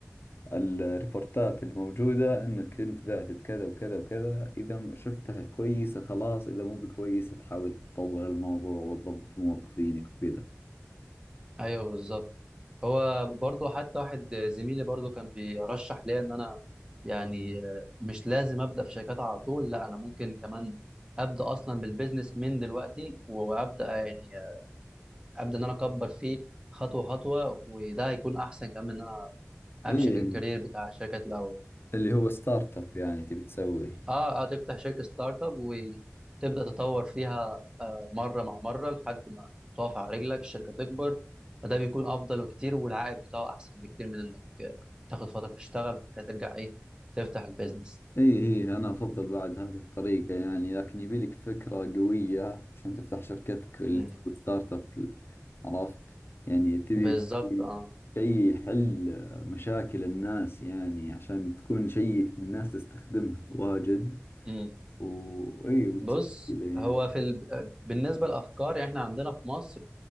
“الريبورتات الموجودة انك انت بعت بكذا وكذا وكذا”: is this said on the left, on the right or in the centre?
Left